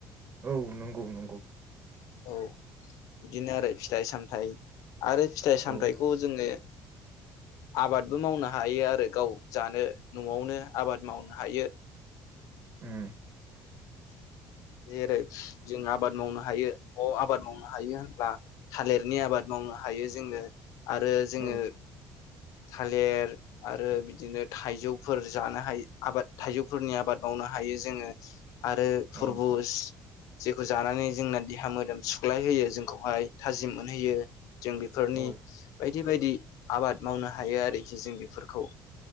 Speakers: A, on the right; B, on the left.
A: औ नंगौ नंगौ
B: औ बिदिनो आरो फिथाइ सामथाय <inaudible> आरो फिथाइ
A: औ
B: सामथाइखौ जोङो आबादबो मावनो हायो आरो गाव जानो न'आवनो आबाद मावनो हायो।
A: उम
B: जेरै जों आबाद मावनो हायो। न'आव आबाद मावनो हायो होनब्ला थालिरनि आबाद मावनो हायो जोङो आरो जोङो
A: औ
B: थालिर आरो बिदिनो थाइजौफोर जानो हायो आबाद थाइजौफोरनि आबाद मावनो हायो जोंङो। आरो थुरबुज
A: औ
B: जेखौ जानानै जोंना देहा मोदोम सुख्लायहोयो जोंखौहाय थाजिम मोनहोयो। जों बेफोरनि
A: औ
B: बायदि बायदि आबाद मावनो हायो आरोखि जों बेफोरखौ।